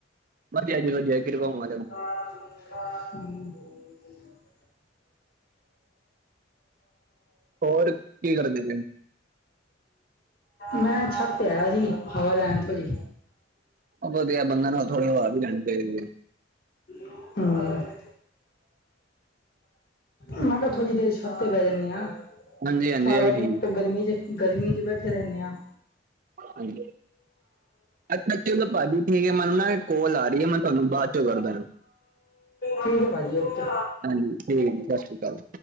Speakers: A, on the right (about 45°); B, on the left (about 50°).
A: ਵਧੀਆ ਜ ਵਧੀਆ ਕਿ ਆ
B: ਹਾਂ
A: ਹੋਰ ਕੀ ਕਰਦੇ ਰ
B: ਮੈਂ ਛੱਤ ਤੇ ਆਇਆ ਜੀ ਹਵਾ ਲੈਣ ਥੋੜੀ
A: ਉਹ ਵਧੀਆ ਬੰਦਾ ਨੂੰ ਥੋੜੀ ਵਵਾ ਵੀ ਜਾਣੀ ਚਾਹੀਦੀ ਹੈ
B: ਹ ਮੈਂ ਕਿਹਾ ਥੋੜ੍ਹੀ ਦੇਰ ਛੱਤੇ ਪੈ ਜਾਂਦੇ ਆਾਂ
A: ਹੈ ਹਾਂਜੀ ਹਾਂਜੀ
B: ਸਾਰਾ
A: ਇਹ ਵੀ
B: ਦਿਨ
A: ਠੀਕ
B: ਤੇ ਗਰਮੀ ਚ ਗਰਮੀ ਚ ਬੈਠੇ ਰੈਂਦੇ ਹਾਂ
A: ਆਉਂਦੀ ਪਈ ਹ ਭਾਜੀ ਠੀਕ ਹੈ ਮੈਨੂੰ ਨਾ ਕੋਲ ਆ ਰਹੀ ਹੈ ਮੈਂ ਤੁਹਾਨੂੰ ਬਾਅਦ ਚੋਂ ਕਰਦਾ
B: ਠੀਕ ਹੈ ਭਾਅ ਜੀ ਓਕੇ
A: ਹਾਂਜੀ ਠੀਕ ਜੀ ਸਤਿ ਸ਼੍ਰੀ ਅਕਾਲ